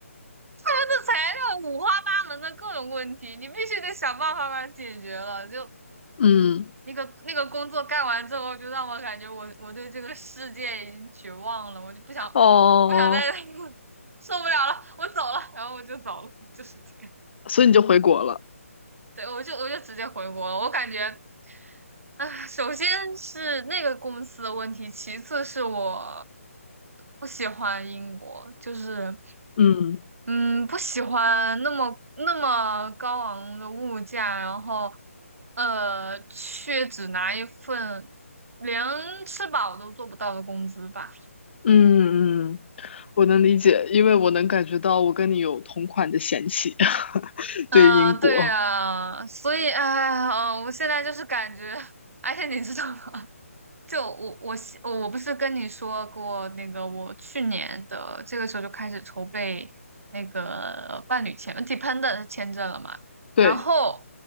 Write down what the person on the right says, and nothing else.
的材料五花八门的各种问题，你必须得想办法把它解决了。就
那个那个工作干完之后，就让我感觉我我对这个世界已经绝望了，我就不想
不想再 <laughs> 受不了了，我走了，然后我就走了，就是这样。
对，我就我就直接回国了。我感觉，啊，首先是那个公司的问题，其次是我不喜欢英国，就是
嗯，不喜欢那么那么高昂的物价，然后，呃，却只拿一份连吃饱都做不到的工资吧。
嗯、
对啊，所以，哎呀，嗯、我现在就是感觉，<laughs> 而且你知道吗？就我我希我不是跟你说过那个，我去年的这个时候就开始筹备那个伴侣签呃 dependent 签证了嘛。
然后